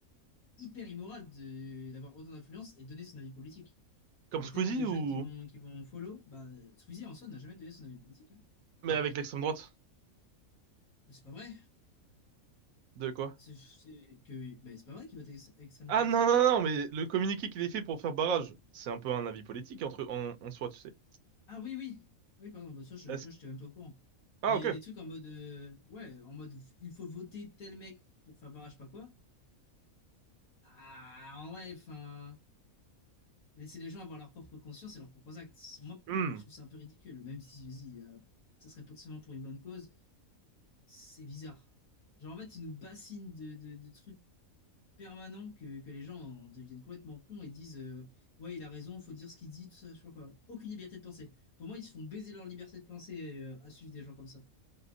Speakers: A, on the left (about 80°); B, on the right (about 75°).
A: hyper immoral de, d'avoir autant d'influence et donner son avis politique.
B: Comme
A: Il y
B: Squeezie
A: a tellement de jeunes
B: ou?
A: qui vont, qui vont follow, bah, Squeezie en soi n'a jamais donné son avis politique, hein.
B: Mais avec l'extrême droite.
A: Bah, C'est pas vrai.
B: De quoi?
A: C'est c'est que, bah, c'est pas vrai qu'il vote ex- extrême
B: Ah
A: droite.
B: non, non, non, mais le communiqué qu'il ait fait pour faire barrage, c'est un peu un avis politique entre en, en soi, tu sais.
A: Ah oui, oui. Oui, pardon, bah ça, je,
B: Est-ce...
A: tu vois, j'étais même pas au courant.
B: Ah
A: Mais
B: ok.
A: des trucs en mode, euh, ouais, en mode, il faut voter tel mec pour faire barrage, pas quoi. Ah, en vrai, enfin, laisser les gens avoir leur propre conscience et leurs propres actes. Moi,
B: Hmm.
A: moi, je trouve ça un peu ridicule, même si, vas-y, euh, ça serait potentiellement pour une bonne cause. C'est bizarre. Genre, en fait, ils nous bassinent de, de, de trucs permanents que, que les gens en deviennent complètement cons et disent, euh, ouais, il a raison, faut dire ce qu'il dit, tout ça, je sais pas quoi. Aucune liberté de pensée. Pour moi, ils se font baiser leur liberté de pensée, euh, à suivre des gens comme ça.